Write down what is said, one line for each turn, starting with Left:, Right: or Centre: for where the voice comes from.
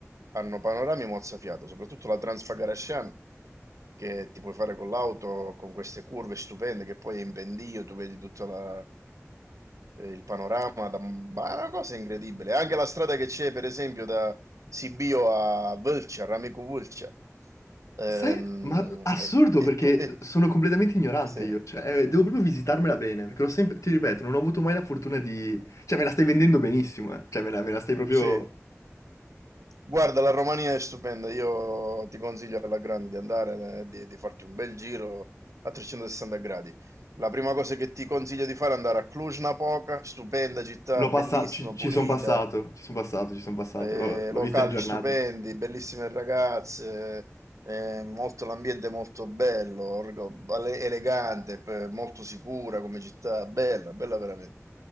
Right: hanno panorami mozzafiato, soprattutto la Transfagaracian, che ti puoi fare con l'auto, con queste curve stupende, che poi è in pendio tu vedi tutto la- eh, il panorama, da, ma è una cosa incredibile. Anche la strada che c'è, per esempio, da Sibio a Vâlcea, Ramicu Vâlcea. Ehm,
Left: Sai, ma assurdo
Right: e, e
Left: perché
Right: tu... e-
Left: sono completamente ignorante
Right: sì,
Left: io, cioè eh, devo proprio visitarmela bene, perché l'ho sempre, ti ripeto, non ho avuto mai la fortuna di... Cioè me la stai vendendo benissimo, eh. Cioè me la, me la stai proprio...
Right: sì. Guarda, la Romania è stupenda, io ti consiglio alla grande di andare, eh, di, di farti un bel giro a 360 gradi. La prima cosa che ti consiglio di fare è andare a Cluj-Napoca, stupenda città,
Left: L'ho
Right: bellissima,
Left: passato, ci, ci
Right: pulita,
Left: sono passato, ci sono passato, ci sono passato,
Right: eh,
Left: l'ho l'ho
Right: locali
Left: vista in giornata.
Right: stupendi, bellissime ragazze, eh, molto- l'ambiente è molto bello, orgo- ele- elegante, p- molto sicura come città, bella, bella veramente.